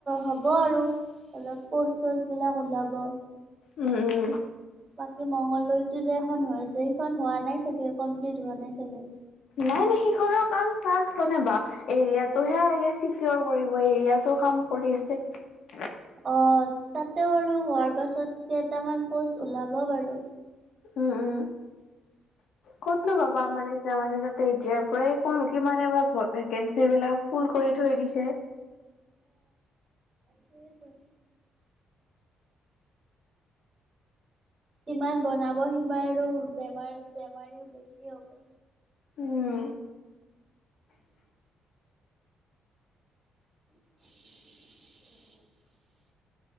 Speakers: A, on the right; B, on the left.
A: হ'ব আৰু অলপ পোষ্ট চোস্ট বিলাক ওলাব।
B: উম, উম।
A: বাকী মংগলদৈতো যে এখন হৈছে সেইখন হোৱা নাই চাগে কমপ্লিট হোৱা নাই চাগে
B: নাই, নাই সিখনৰ কাম তাত, কনে বা এৰিয়াটোহে চিকিয়ৰ কৰিব এৰিয়াটো কাম কৰি আছে
A: অ', তাতেও আৰু হোৱাৰ পাছত কেইটামান পোষ্ট ওলাব বাৰু।
B: উম, উম। ক'তনো পাবা আমাৰ নিচিনা মানুহে তাতে এতিয়াৰ পৰা ক কি মানে বা ভেকেঞ্চি বিলাক ফুল কৰি থৈ দিছে।
A: সেইটোৱেই। ইমান বনাব সিমান আৰু বেমাৰ বেমাৰীও বেছি হ'ব।
B: উম
A: <unintelligible> <unintelligible>